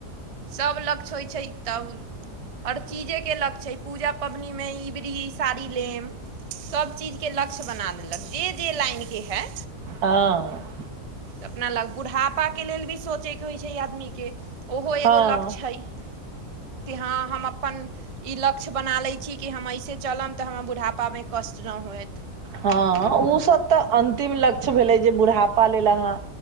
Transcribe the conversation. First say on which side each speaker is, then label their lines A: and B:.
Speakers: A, on the right; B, on the right.
A: सभ लक्ष्य होइ छै तब हर चीजे के लक्ष्य छै पूजा पबनीमे ईबड़ी इ साड़ी लेब सभचीजके लक्ष्य बना देलक जे जे लाइनके हइ
B: हँ
A: अपना लग बुढ़ापा के लेल भी सोचे के होइ छै आदमी के ओहो एगो
B: हँ
A: लक्ष्य ह कि हँ हम अपन ई लक्ष्य बना लैत छी कि हम ऐसे चलब तऽ हमर बुढ़ापामे कष्ट नहि होत
B: हँ ओसभ तऽ अन्तिम लक्ष्य भेलै जे बुढ़ापा लेल अहाँ